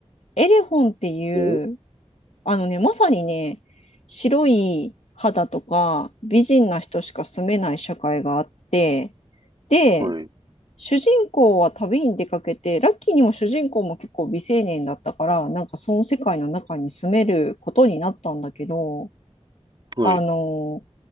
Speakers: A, on the left; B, on the right.
A: エレフォンっていう
B: お
A: あのね、まさにね、白い肌とか美人な人しか住めない社会があって、で、
B: はい。
A: 主人公は旅に出かけて、ラッキーにも主人公も結構未成年だったから、なんかその世界の中に住めることになったんだけど、
B: はい。
A: あの、